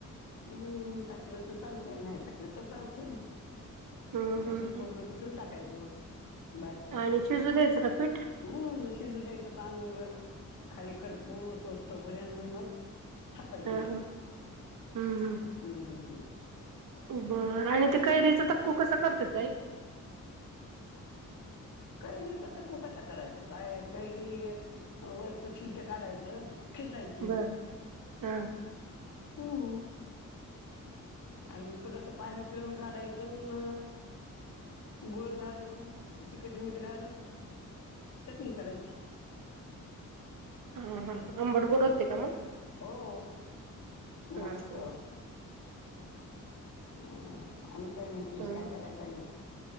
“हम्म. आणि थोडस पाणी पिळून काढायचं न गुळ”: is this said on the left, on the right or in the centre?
Left